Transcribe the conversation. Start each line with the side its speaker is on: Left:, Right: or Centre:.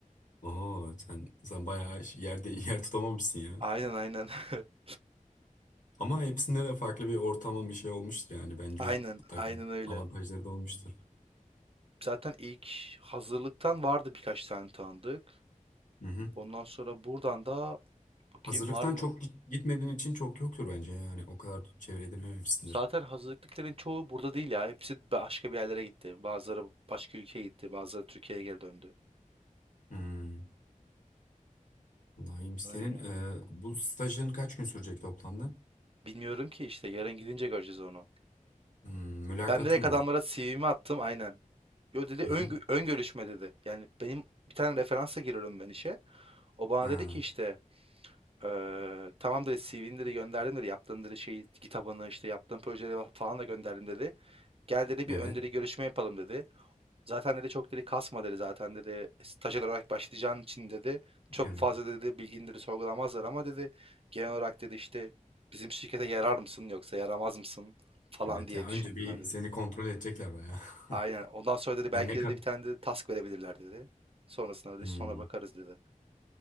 Left: Oo, sen, sen bayağı yerde yer tutamamışsın ya.
Right: Aynen aynen. <laughs>
Left: Ama hepsinde de farklı bir ortama bir şey olmuştur yani bence
Right: Aynen
Left: mutlaka
Right: aynen öyle.
Left: avantajları da olmuştur.
Right: Zaten ilk hazırlıktan vardı birkaç tane tanıdık.
Left: Hı hı.
Right: Ondan sonra buradan da bakayım
Left: Hazırlıktan
Right: var mı?
Left: çok git- gitmediğin için çok yoktur bence yani o kadar çevre edinememişsindir.
Right: Zaten hazırlıkların çoğu burada değil ya. Hepsi başka bir yerlere gitti. Bazıları başka ülkeye gitti. Bazıları Türkiye'ye geri döndü.
Left: Hmm. Vallahi iyiymiş.
Right: Öyle.
Left: Senin e, bu stajın kaç gün sürecek toplamda?
Right: Bilmiyorum ki işte yarın gidince göreceğiz onu.
Left: Hmm, mülakatın
Right: Ben direkt adamlara
Left: var.
Right: CV'mi attım aynen. Yo dedi
Left: Hı
Right: ön,
Left: hı.
Right: ön görüşme dedi. Yani benim bir tane referansa giriyorum ben işe. O bana
Left: Ha,
Right: dedi ki işte eee, tamam dedi CV'ni dedi gönderdim dedi. Yaptığın dedi şey kitabını işte yaptığın projeleri falan da gönderdim dedi. Gel dedi bir
Left: evet.
Right: ön dedi görüşme yapalım dedi. Zaten dedi çok dedi kasma dedi zaten dedi stajyer olarak başlayacağın için dedi çok
Left: Evet.
Right: fazla dedi bilgini dedi sorgulamazlar ama dedi genel olarak dedi işte bizim şirkete yarar mısın yoksa yaramaz mısın falan
Left: Evet
Right: diye
Left: ya önce
Right: düşündüler
Left: bir
Right: dedi.
Left: seni kontrol edecekler bayağı. <laughs>
Right: Aynen ondan sonra dedi
Left: Hani
Right: belki
Left: ne
Right: dedi
Left: kat
Right: bir tane de task verebilirler dedi. Sonrasında dedi
Left: Hmm,
Right: sonra bakarız dedi.